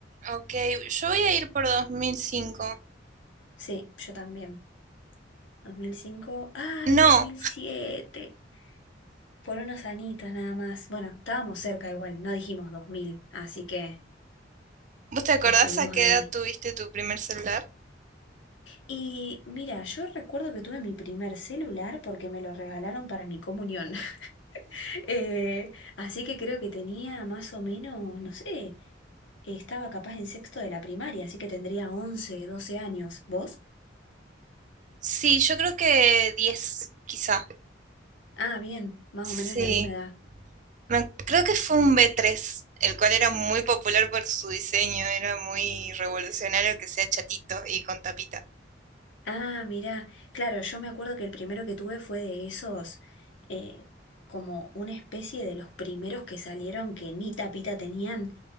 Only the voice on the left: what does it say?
Sí, yo también. dos mil cinco ay,
dos mil siete por unos añitos nada más. Bueno, estábamos cerca igual, no dijimos dos mil así que
estuvimos
ahí.
Y mira, yo recuerdo que tuve mi primer celular porque me lo regalaron para mi comunión. <laughs> Eh, así que creo que tenía más o menos, no sé, estaba capaz en sexto de la primaria, así que tendría 11 12 años. ¿Vos?
Ah, bien, más
o menos la misma edad.
Ah, mira, claro, yo me acuerdo que el primero que tuve fue de esos, eh, como una especie de los primeros que salieron que ni tapita tenían,